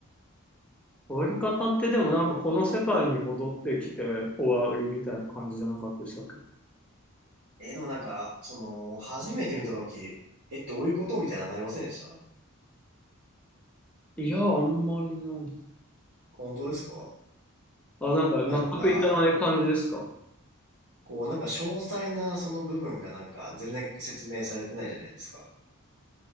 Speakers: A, in the centre; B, on the right.
A: 終わり方ってでもなんかこの世界に戻ってきて終わりみたいな感じじゃなかったでしたっけ
B: えーでもなんか、その、初めて見たとき、え、どういうことみたいなのなりませんでした
A: いや、あんまりなん。
B: 本当ですか
A: あ、なんか納得いかない感じですか
B: なんか、こう、なんか詳細なその部分がなんか全然説明されてないじゃないですか。